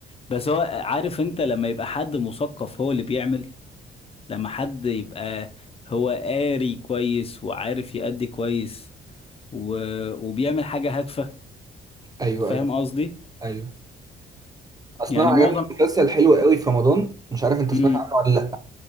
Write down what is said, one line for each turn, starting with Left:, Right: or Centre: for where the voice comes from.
Left: بس هو عارف انت لما يبقى حد مثقف هو اللي بيعمل لما حد يبقى هو قاري كويس وعارف يأدي كويس و... وبيعمل حاجة هادفة
Right: ايوه
Left: فاهم
Right: ايوه
Left: قصدي
Right: ايوه اصل
Left: يعني
Right: انا عجبني
Left: معظم
Right: مسلسل حلو قوي في رمضان مش عارف انت سمعت
Left: امم
Right: عنه ولا